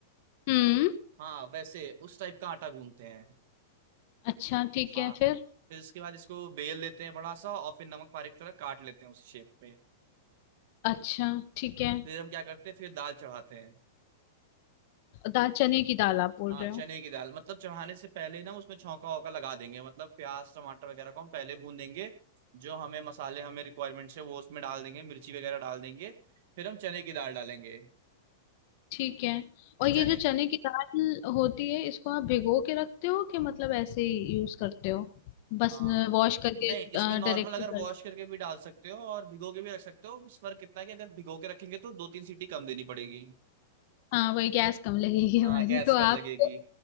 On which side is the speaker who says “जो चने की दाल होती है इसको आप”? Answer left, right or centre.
Left